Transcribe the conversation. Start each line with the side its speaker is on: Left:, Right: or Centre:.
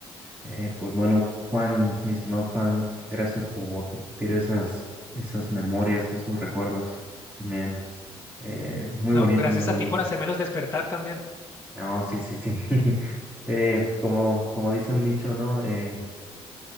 Right: Eh, pues bueno, Juan, mi estimado Juan, gracias por compartir esas, esas memorias, esos recuerdos. Bien, eh, muy
Left: No,
Right: bonito,
Left: gracias
Right: muy bonito.
Left: a ti por hacérmelos despertar también.
Right: No, sí, sí, sí. <laughs> Eh, como, como dice un dicho, ¿no? Eh,